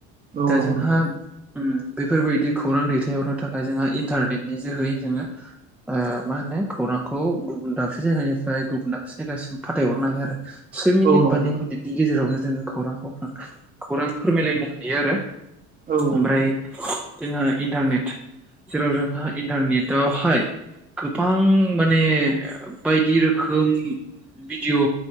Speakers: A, on the right; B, in the centre.
A: औ
B: दा
A: नंगौ
B: जोंहा
A: नोंथां
B: ओम बेफोरबायदि खौरां दैथायहरनो थाखाय जोंहा इन्टारनेटनि जोहै जोङो ओ मा हो नो खौरांखौ गुबुन दाबसे जायगानिफ्राय गुबुन दाबसे जायगासिम फाथायहरनो हायो आरो। से मिनिट
A: औ नंगौ
B: बा नै
A: नोंथां
B: मिनिटनि गेजेरावनो जोङो खौरांफोर खौरां फोरमायलायनो हायो आरो।
A: औ
B: ओमफ्राय जोंहा इन्टारनेट जेराव जोंहा इन्टारनेटआवहाय गोबां माने बायदि रोखोम भिडअ